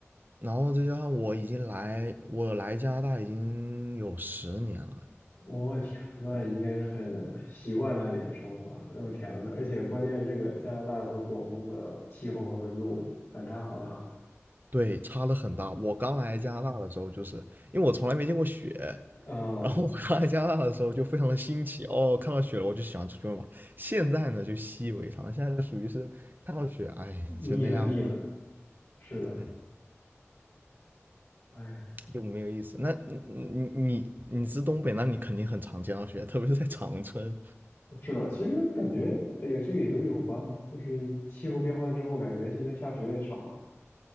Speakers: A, on the right; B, on the left.
A: 然后再加上我已经来，我来加拿大已经有十年了，
B: 我天那应该是很习惯那里的生活了。哎呦天呐，那而且关键是这个加拿大和广东的气候和温度反差好大。
A: 对，差的很大。我刚来加拿大的时候，就是因为我从来没见过雪，
B: 嗯，
A: 然后我刚来加拿大的时候就非常的新奇哦，看到雪了我就喜欢出去玩嘛。现在呢就习以为常，现在就属于是看到雪，哎，
B: 腻了腻了，
A: 就那样吧，
B: 是的，
A: 对，
B: 哎呀
A: 就没有意思。那你你你你是东北，那你肯定很常见到雪，特别是在长春。
B: 是的，其实感觉，哎呀，这个也都有关吧，就是气候变化之后，感觉现在下雪也少了。